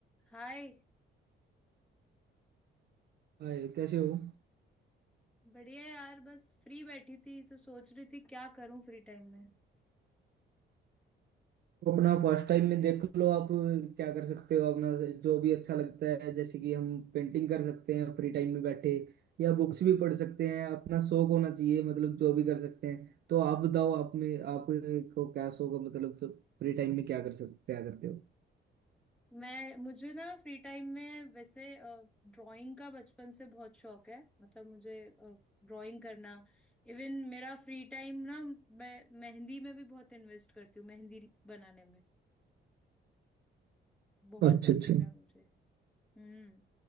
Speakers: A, in the centre; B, on the right.
A: हाय
B: हाय कैसे हो
A: बढ़िया यार बस फ्री बैठी थी तो सोच रही थी क्या करूं फ्री टाइम में
B: तो अपना फर्स्ट टाइम में देख लो आप क्या कर सकते हो अपना जो भी अच्छा लगता है जैसे कि हम पेंटिंग कर सकते हैं फ्री टाइम में बैठे या बुक्स भी पढ़ सकते हैं अपना शौक होना चाहिए मतलब जो भी कर सकते हैं तो आप बताओ आप में आपको क्या शौक है मतलब फ्री टाइम में क्या कर सकते क्या करते हो
A: मैं मुझे ना फ्री टाइम में वैसे ड्राइंग का बचपन से बहुत शौक है मतलब मुझे ड्राइंग करना इवन मेरा फ्री टाइम ना मैं मेहंदी में भी बहुत इन्वेस्ट करती हूँ मेहंदी बनाने में बहुत
B: अच्छा
A: पसंद
B: अच्छा
A: है मुझे हम्म